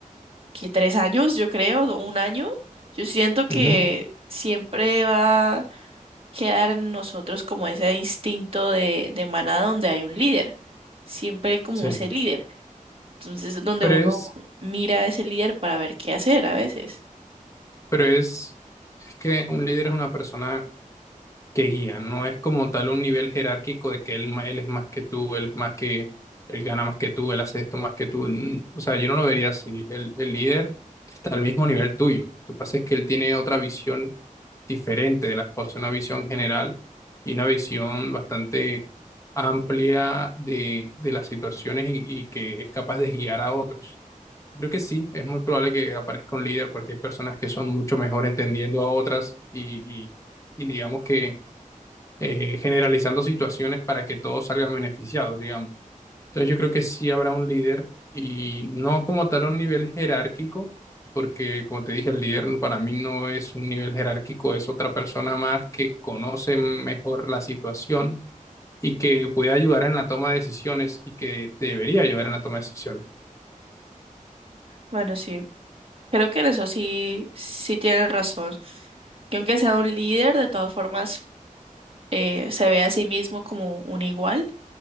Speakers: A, on the right; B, on the left.
A: que tres años, yo creo, o un año, yo siento que
B: Ujú,
A: siempre va a quedar en nosotros como ese instinto de, de manada donde hay un líder, siempre hay como
B: sí.
A: ese líder. Entonces, donde
B: Pero
A: uno
B: es,
A: mira a ese líder para ver qué hacer a veces.
B: pero es, es que un líder es una persona que guía, no es como tal un nivel jerárquico de que él, ma- él es más que tú, él es más que, él gana más que tú, él hace esto más que tú. Mm, O sea, yo no lo vería así. El, el líder al mismo nivel tuyo. Lo que pasa es que él tiene otra visión diferente de las cosas, una visión general y una visión bastante amplia de, de las situaciones y, y que es capaz de guiar a otros. Creo que sí, es muy probable que aparezca un líder porque hay personas que son mucho mejor entendiendo a otras y, y- y digamos que eh, generalizando situaciones para que todos salgan beneficiados, digamos. Entonces yo creo que sí habrá un líder y no como tal a un nivel jerárquico, porque como te dije, el líder para mí no es un nivel jerárquico, es otra persona más que conoce mejor la situación y que puede ayudar en la toma de decisiones y que debería ayudar en la toma de decisiones.
A: Bueno, sí, creo que en eso sí, sí tienen razón. Que aunque sea un líder, de todas formas, eh, se ve a sí mismo como un igual.